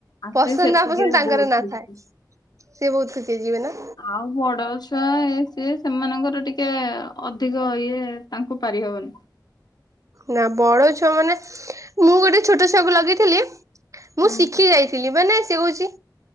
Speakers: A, on the left; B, on the right.
A: ଆଉ
B: ପସନ୍ଦ
A: ସେ ସେତିକିରେ
B: ନା ପସନ୍ଦ ତାଙ୍କର
A: ବହୁତ
B: ନାଥାଏ।
A: ଖୁସି।
B: ସିଏ ବହୁତ ଖୁସି ହେଇ ଯିବେ ନା?
A: ଆଉ ବଡ ଛୁଆ ଏ ସିଏ ସେମାନଙ୍କର ଟିକେ ଅଧିକ ଇଏ ତାଙ୍କୁ ପାରିହବନି।
B: ନା ବଡ ଛୁଆ ମାନେ ମୁଁ ଗୋଟେ ଛୋଟ ଛୁଆକୁ ଲଗେଇଥିଲି ମୁଁ
A: ହୁଁ
B: ଶିଖି ଯାଇଥିଲି ମାନେ ସେ କହୁଛି